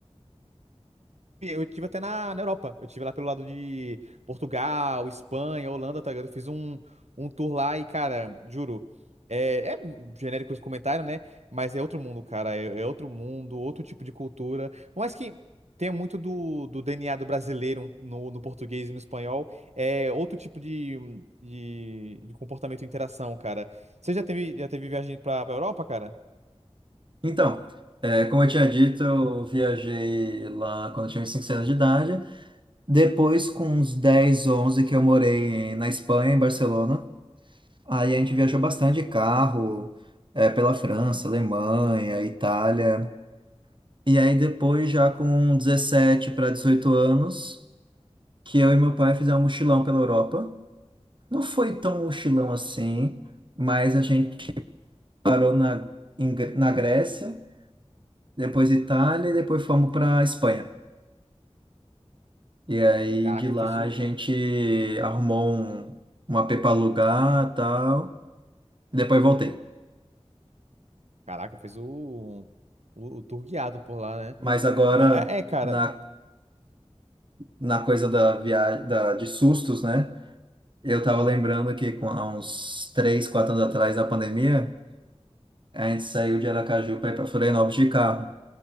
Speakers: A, on the right (about 80°); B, on the right (about 45°).
A: Eu tive até na, na Europa. Eu tive lá pelo lado de Portugal, Espanha, Holanda, tá ligado? Eu fiz um, um tour lá e, cara, juro. É, é genérico esse comentário, né? Mas é outro mundo, cara. É, é outro mundo, outro tipo de cultura. Por mais que tenha muito do, do DNA do brasileiro no, no português e no espanhol, é outro tipo de, de, de comportamento e interação, cara. Você já teve, já teve viagem pra, pra Europa, cara?
B: Então, é, como eu tinha dito, eu viajei lá quando eu tinha uns 5 anos de idade. Depois, com uns 10, 11 que eu morei na Espanha, em Barcelona, aí a gente viajou bastante de carro, eh, pela França, Alemanha, Itália. E aí depois, já com 17 para 18 anos, que eu e meu pai fizemos um mochilão pela Europa. Não foi tão um mochilão assim, mas a gente parou na, em Gr- na Grécia, depois Itália e depois fomos para Espanha. E aí
A: Caraca,
B: de lá
A: fez o.
B: a gente arrumou um, um AP para alugar e tal. E Depois voltei.
A: Caraca, fez o, o, o tour guiado por lá, né?
B: Mas agora,
A: Mas é, é, cara.
B: na, na coisa da viagem, da, de sustos, né? Eu tava
A: Hum.
B: lembrando que com, há uns 3, 4 anos atrás, da pandemia, a gente saiu de Aracaju para ir para Florianópolis de carro.